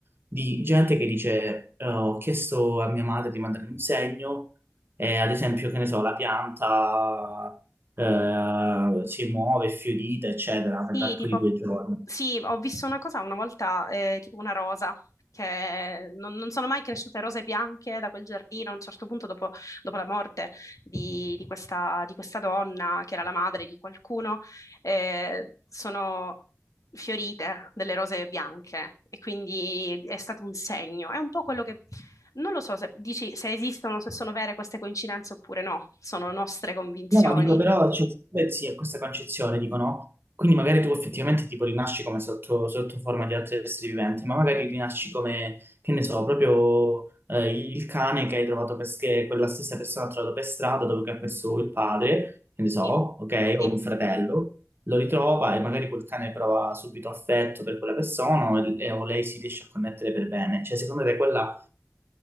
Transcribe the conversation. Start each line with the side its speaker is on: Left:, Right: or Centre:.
Right: Di gente che dice, eh, ho chiesto a mia madre di mandarmi un segno, e ad esempio, che ne so, la pianta, eh, si muove, è fiorita, eccetera, nell'arco
Left: Sì, tipo,
Right: di due giorni.
Left: sì, ho visto una cosa una volta, eh, tipo una rosa, che non, non sono mai cresciute rose bianche da quel giardino. A un certo punto, dopo, dopo la morte di, di questa, di questa donna, che era la madre di qualcuno, eh, sono fiorite delle rose bianche e quindi è stato un segno. È un po' quello che... Non lo so se dici se esistono, se sono vere queste coincidenze oppure no, sono nostre convinzioni.
Right: No, ma dico però, cioè, beh, sì, è questa concezione, dico no? Quindi magari tu effettivamente tipo rinasci come sotto, sotto forma di altri esseri viventi, ma magari rinasci come, che ne so, proprio eh, il cane che hai trovato per, che quella stessa persona ha trovato per strada dopo che ha perso il padre, che ne so,
Left: Sì,
Right: ok,
Left: sì,
Right: o un fratello, lo ritrova e magari quel cane prova subito affetto per quella persona o, e- o lei si riesce a connettere per bene. Cioè, secondo te quella